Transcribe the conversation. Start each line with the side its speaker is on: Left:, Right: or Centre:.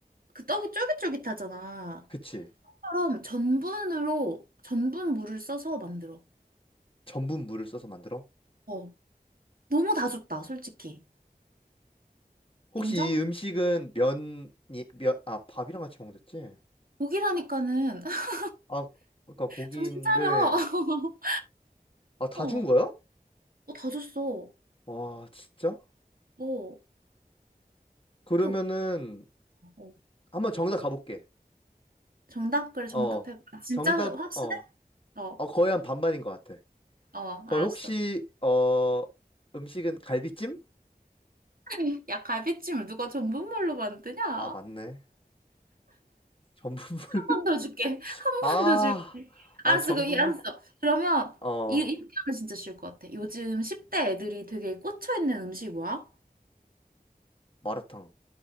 Right: 그 떡이 쫄깃쫄깃하잖아.
Left: 그치.
Right: 떡처럼 전분으로, 전분 물을 써서 만들어.
Left: 전분 물을 써서 만들어?
Right: 어, 너무 다 줬다, 솔직히.
Left: 혹시
Right: 인정?
Left: 이 음식은 면이, 면, 아, 밥이랑 같이 먹었지?
Right: 고기라니까는 <laughs>
Left: 아, 그러니까 고기인데,
Right: 정신 차려. <laughs>
Left: 아, 다
Right: 어,
Left: 준 거야?
Right: 어, 다 줬어.
Left: 와, 진짜?
Right: 어,
Left: 그러면은,
Right: 또. 어.
Left: 한번 정답 가볼게.
Right: 정답? 그래, 정답해봐.
Left: 어,
Right: 아, 진짜
Left: 정답,
Right: 확실해?
Left: 어,
Right: 어,
Left: 어, 거의 한 반반인 것 같아.
Right: 어,
Left: 거의
Right: 알았어.
Left: 혹시, 어, 음식은 갈비찜?
Right: <laughs> 야, 갈비찜을 누가 전분물로 만드냐? 한
Left: 아, 맞네. 전분물.
Right: 번
Left: <laughs>
Right: 더 줄게. <laughs> 한
Left: 아,
Right: 번 더 줄게.
Left: 아,
Right: 알았어,
Left: 전분물.
Right: 그럼, 이- 알았어. 그러면,
Left: 어,
Right: 이, 이렇게 하면 진짜 쉬울 것 같아. 요즘 10대 애들이 되게 꽂혀있는 음식이 뭐야?
Left: 마라탕.